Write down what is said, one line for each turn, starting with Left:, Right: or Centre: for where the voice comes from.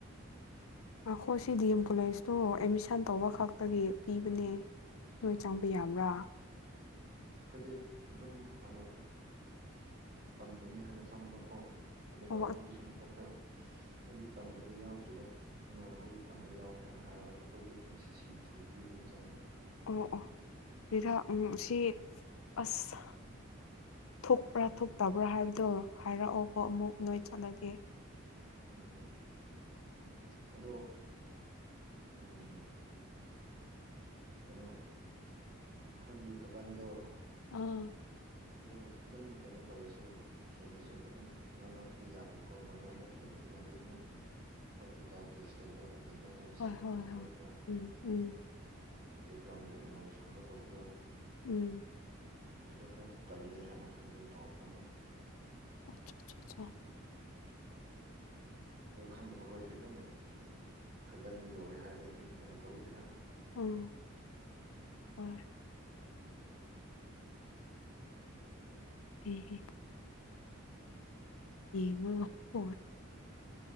Left: ꯉꯏꯈꯣ ꯁꯤ ꯗꯤ ꯑꯦꯝ ꯀꯣꯂꯦꯖꯇꯨ ꯑꯦꯠꯃꯤꯁꯟ ꯇꯧꯕ ꯈꯛꯇꯒꯤ ꯄꯤꯕꯅꯦ꯫ ꯅꯣꯏ ꯆꯪꯕ ꯌꯥꯕ꯭ꯔꯥ꯫
Right: ꯑꯩꯈꯣꯏꯗꯤ ꯑꯗꯨꯝ ꯍꯥꯟꯅꯩ꯫ ꯇꯝꯕꯒꯤ ꯍꯥꯏꯅ ꯆꯪꯕꯀꯣ ꯑꯗꯨꯒ
Left: ꯑꯣ
Right: ꯑꯗꯨꯒꯤꯁꯨ ꯃꯊꯛꯇ ꯑꯩꯗꯤ ꯇꯝꯕꯗ ꯌꯥꯎꯗ꯭ꯔꯤꯗ ꯏꯃꯥꯟꯅꯕꯒꯤ ꯇꯝꯕ ꯌꯥꯎꯋꯦ ꯍꯥꯏꯅ ꯍꯥꯏꯔꯒ ꯑꯩꯈꯣꯏꯗꯤ ꯑꯦꯟ ꯁꯤ ꯁꯤ ꯊ꯭ꯔꯨꯗꯒꯤ ꯑꯗꯨꯝ ꯆꯪꯕ꯫
Left: ꯑꯣ ꯑꯣ <unintelligible> ꯁꯤ ꯑꯁ ꯊꯣꯛꯄ꯭ꯔꯥ ꯊꯣꯛꯇꯕ꯭ꯔꯥ ꯍꯥꯏꯕꯗꯣ ꯍꯥꯏꯔꯛꯑꯣꯕꯣ ꯑꯃꯨꯛ ꯅꯣꯏ ꯆꯠꯂꯒꯦ꯫
Right: ꯎꯝ ꯑꯗꯣ ꯎꯝ ꯀꯩꯅꯣ ꯑꯩꯈꯣꯏꯒꯤ ꯀꯥꯀꯟꯗꯣ꯫
Left: ꯑꯥ
Right: ꯑꯗꯨ ꯑꯗꯨꯝ ꯀꯩꯅꯣ ꯇꯧꯔꯁꯨ ꯍꯦꯜꯂꯁꯨ ꯑꯗꯨꯝ ꯉꯥꯡꯅꯕꯗꯤ ꯌꯥꯕꯅꯤꯀꯣ ꯉꯥꯡꯅꯕ ꯍꯦꯜꯕ ꯑꯗꯨꯅꯗꯤ ꯑꯃꯨꯛ ꯑꯩꯈꯣꯏꯗ ꯑꯦꯗꯚꯥꯟꯇꯦꯖ ꯂꯩꯕ ꯂꯩꯕ ꯍꯥꯏꯕꯁꯦ
Left: ꯍꯣꯏ
Right: ꯑꯗꯨꯝ
Left: ꯍꯣꯏ ꯍꯣꯏ
Right: ꯂꯩꯗ꯭ꯔꯥ ꯎ
Left: ꯎꯝ ꯎꯝ
Right: ꯕꯦꯛꯒ꯭ꯔꯥꯎꯟꯒꯤ ꯅꯣꯏꯁꯀꯨꯝꯕ ꯇꯧꯕꯗꯣ
Left: ꯎꯝ
Right: ꯑꯗꯨꯗꯣ ꯈꯔ ꯀꯜꯂꯦ ꯍꯥꯏꯅ ꯍꯪꯕ ꯄꯥꯎ ꯐꯥꯕ
Left: ꯑꯆꯥ ꯑꯆꯥ ꯑꯆꯥ
Right: ꯑꯣ ꯈꯪꯗꯕ ꯈꯣꯏꯗꯤ ꯑꯗꯨꯝ ꯈꯒꯟꯗꯣ ꯌꯧꯔꯦ ꯍꯥꯏꯔꯗꯤ ꯑꯗꯨꯝ ꯀꯩꯅꯣ ꯇꯧꯋꯤꯗꯅ
Left: ꯎꯝ ꯍꯣꯏ ꯍ ꯍ ꯌꯦꯡꯉꯣ ꯐꯟ